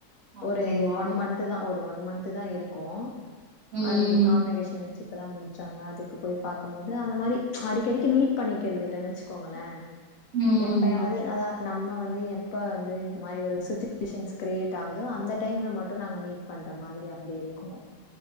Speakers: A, on the right; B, on the left.
A: அப்படிங்களா?
B: ஒரு ஒன் மந்த்துதா ஒரு ஒன் மந்த்துதா இருக்கு
A: ம்.
B: அதுக்கு கான்வகேஷன் வெச்சி இப்பதா முடிச்சாங்க அதுக்கு போய் பாக்கும் போது அந்த மாரி அடிக்கெடிக்கு மீட் பண்ணிக்கிறது இல்லன் வெச்சுக்கோங்களே
A: ம்.
B: எப்பயாவது
A: ஓகே.
B: அதா நம்ம வந் எப்ப வந்து இந்மாரி ஒரு சுச்சிவேஷன்ஸ் கிரியேட்டாவுதோ அந்த டைம்ல மட்டு நாங்க மீட் பண்ற மாதிரிய ப்டி இருக்கு